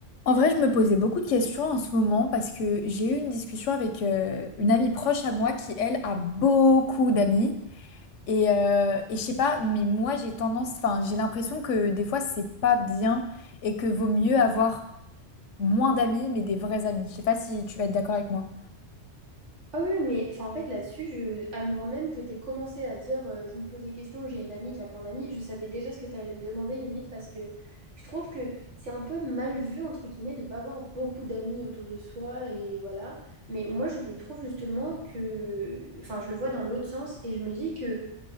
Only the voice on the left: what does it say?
En vrai, je me posais beaucoup de questions en ce moment parce que j'ai eu une discussion avec euh, une amie proche à moi qui, elle, a beaucoup d'amis. Et, euh, et je sais pas, mais moi, j'ai tendance, enfin, j'ai l'impression que des fois, c'est pas bien et que vaut mieux avoir moins d'amis, mais des vrais amis. Je sais pas si tu vas être d'accord avec moi.